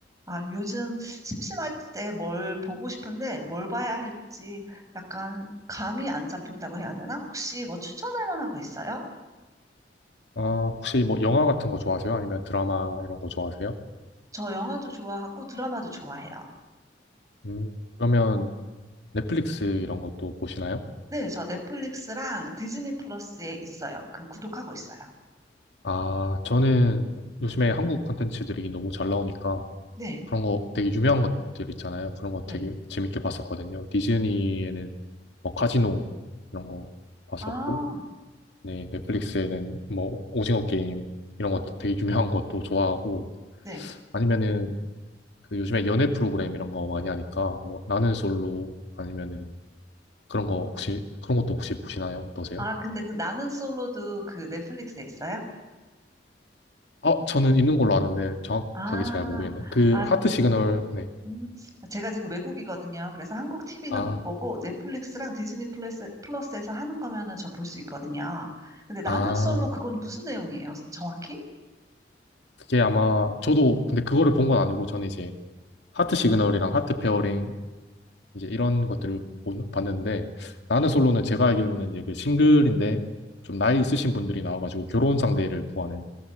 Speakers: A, on the right; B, on the left.
A: 아, 요즘 심심할 때 뭘 보고 싶은데 뭘 봐야 할지 약간 감이 안 잡힌다고 해야 되나? 혹시 뭐 추천할 만한 거 있어요?
B: 아, 혹시 뭐 영화 같은 거 좋아하세요? 아니면 드라마 이런 거 좋아하세요?
A: 저 영화도 좋아하고 드라마도 좋아해요.
B: 음, 그러면 넷플릭스 이런 것도 보시나요?
A: 네, 저 넷플릭스랑 디즈니 플러스에 있어요. 그 구독하고 있어요.
B: 아, 저는 요즘에 한국 콘텐츠들이 너무 잘 나오니까
A: 네,
B: 그런 거 되게 유명한 것들 있잖아요. 그런 거
A: 네.
B: 되게 재밌게 봤었거든요. 디즈니에는 뭐 카지노 이런 거 봤었고,
A: 아,
B: 네, 넷플릭스에는 뭐 오징어 게임 이런 것도 되게 유명한 것도 좋아하고,
A: 네.
B: 아니면은 그 요즘에 연애 프로그램 이런 거 많이 하니까 뭐 나는 솔로 아니면은 그런 거 혹시, 그런 것도 혹시 보시나요? 어떠세요?
A: 아, 근데 그 나는 솔로도 그 넷플릭스에 있어요?
B: 아, 저는 있는 걸로 아는데 정확하게
A: 아,
B: 잘 모르겠네. 그
A: 아,
B: 하트 시그널, 네.
A: 음, 아, 제가 지금 외국이거든요. 그래서 한국 TV는
B: 아,
A: 못 보고 넷플릭스랑 디즈니 플러스, 플러스에서 하는 거면은 저 볼 수 있거든요. 근데 나는
B: 아,
A: 솔로 그건 무슨 내용이에요? 정확히?
B: 그게 아마 저도 근데 그거를 본 건 아니고 저는 이제 하트 시그널이랑 하트 페어링 이제 이런 것들을 본- 봤는데 나는 솔로는 제가 알기로는 이제 그 싱글인데 좀 나이 있으신 분들이 나와가지고 결혼 상대를 구하는